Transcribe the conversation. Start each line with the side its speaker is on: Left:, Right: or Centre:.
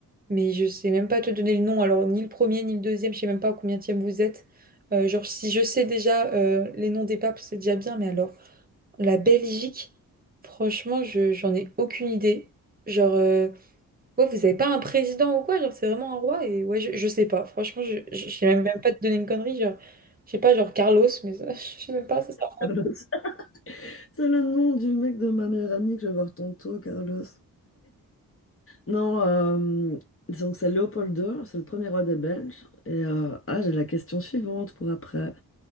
Right: mais je sais même pas te donner le nom. Alors ni le premier ni le deuxième, je sais même pas à combien vous êtes. Euh, genre si je sais déjà euh, les noms des papes, c'est déjà bien, mais alors la Belgique, franchement, je j'en ai aucune idée. Genre euh, Ouais, vous avez pas un président ou quoi, genre c'est vraiment un roi et ouais, je, je sais pas. Franchement, je, je, je sais même, même pas te donner une connerie, genre je sais pas, genre Carlos, mais ça, <laughs> je sais même pas, ça, ça
Left: Carlos. <laughs> C'est le nom du mec de ma meilleure amie que je vais voir tantôt, Carlos. Non, euh, donc c'est Léopold II, c'est le premier roi des Belges. Et euh, ah, j'ai la question suivante pour après.